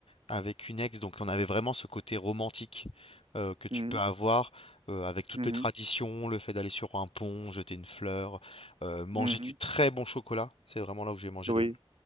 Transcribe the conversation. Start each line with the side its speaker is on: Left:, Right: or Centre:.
Left: avec une ex, donc on avait vraiment ce côté romantique euh, que tu
Right: Mhm,
Left: peux avoir euh, avec toutes
Right: mhm,
Left: les traditions, le fait d'aller sur un pont, jeter une fleur, euh, manger
Right: mhm.
Left: du très bon chocolat. C'est vraiment là où j'ai mangé
Right: Oui.
Left: le,